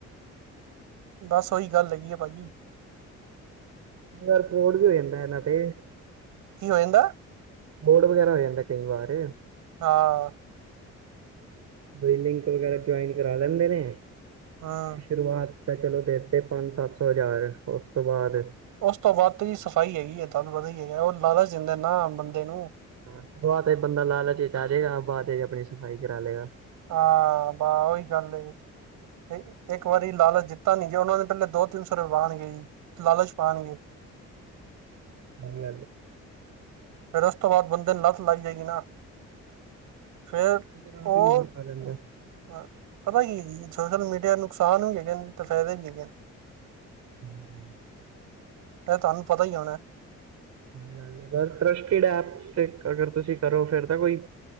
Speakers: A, on the right; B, on the right.
A: ਬਸ ਉਓਹੀ ਗੱਲ ਹੈਗੀ ਆ ਭਾਜੀ।
B: ਵਰ ੜ ਕੇ ਹੋਦਾਨਾ ਤੇੇ। <unintelligible>
A: ਕੀ ਇ ਹੋ ਜਾਂਦਾ।
B: ਮੋਓਡ ਵਗੈਰਾ ਹੋ ਜਾਂਦਾ ਕਈ ਵਾਰ।
A: ਹਾਂ, ਅ।
B: ਬਈ ਲਿੰਕ ਵਗੈਰਾ ਜੁਆਇਨ ਕਰਾ ਲੈਂਦੇ ਨੇ
A: ਹਮ
B: ਸ਼ੁਰੂਆਤ। ਤਾਂ ਚਲੋ ਦੇਤੇ ਪੰਜ ਸੱਤ ਸੌ ਹਜ਼ਾਰ ਉਸ ਤੋਂ ਬਾਅਦ। ਹਾਂ
A: ਉਸ ਤੋਂ ਬਾਅਦ ਤੇਰੀ ਸਫ਼ਾਈ ਹੈਗੀ ਹੈ ਤੁਹਨ ਪਤਾ ਹੀ ਹੈਗਾ ਉਹ ਲਾਲ ਦਿੰਦੇ ਨਾ ਬੰਦੇ ਨੂੰ।
B: ਹ ਸ਼ਵਾਤ ਬੰਦਾ ਲਾਲਚ ਚ ਆ ਜਾਏਗਾ ਬਾਦ ਚ ਆਪਣੀ ਸਫ਼ਾਈ ਕਰਾ ਲਏਗਾ।
A: ਹਾਂ ਵਾਹ ਓਹੀ ਗੱਲ ਏ। ਇੱਕ ਵਾਰੀ ਲਾਲਚ ਜਿੱਤਾ ਨੀ ਗਿਆ ਉਹਨਾ ਦੇ ਪਹਿਲੇ ਦੋ ਤਿੰਨ ਸੌ ਰੁਪਏ ਬਾਹਣ ਗਏ ਜੀ। ਲਾਲਚ ਪਾਉਣਗੇ।
B: ਨਹੀਂ
A: ਫਿਰ ਉਸ ਤੋਂ ਬਾਅਦ ਬੰਦੇ ਨੂੰ ਲੱਤ ਲੱਗ ਜਾਏਗੀ ਨਾ। ਫਿਰ
B: ਆਪ
A: ਉਹ
B: ਹੀ ਮਾਰ ਖਾ ਲੈਂਦਾ
A: ਪਤਾ ਕੀ ਜੀ ਸੋਸ਼ਲ ਮੀਡੀ ਆ ਨੁਕਸਾਨ ਵੀ ਹੈਗੇ ਨੇ ਤੇ ਫਾਇਦੇ ਵੀ ਹੈਗੇ ਨੇ।
B: ਹੂੰ ਹੂੰ
A: ਇਹ ਤੁਹਾਨੂੰ ਪਤਾ ਹੀ ਹੋਣਾ ਏ।
B: ਅਗਰ ਇੰਟਰਸਿਟੀ ਹੈ ਅਗਰ ਤੁਸੀਂ ਕਰੋ ਫਿਰ ਤਾਂ ਕੋਈ